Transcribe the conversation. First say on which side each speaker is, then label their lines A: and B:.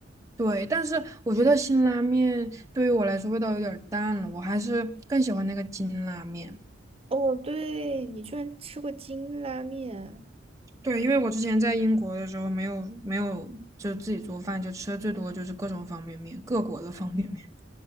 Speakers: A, on the right; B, on the right.
A: 对，但是我觉得辛拉面对于我来说味道有点儿淡了，我还是更喜欢那个金拉面。
B: 哦，对，你居然吃过金拉面，
A: 对，因为我之前在英国的时候没有没有就自己做饭，就吃的最多就是各种方便面，各国的方便面。